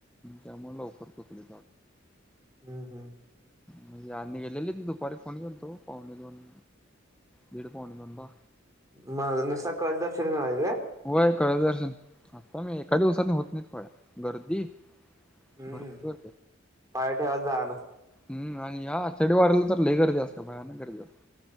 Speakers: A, in the centre; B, on the right.
A: त्यामुळं लवकर पोचली.
B: हम्म हम्
A: म्हणजे अनिकेत ललीत दुपारी फोन केल्ता ओ पावणे दोन दिड पावणे दोनला.
B: <unintelligible>
A: होय कळस दर्शन आता मी एका दिवसाने होत नाईत फळ्या गर्दी
B: हम्म
A: भरपूर
B: पाय ठेवायला जागा नसते
A: हम्म आणि या आषाढी वारीला तर लय गर्दी असते भयानक गर्दी असते.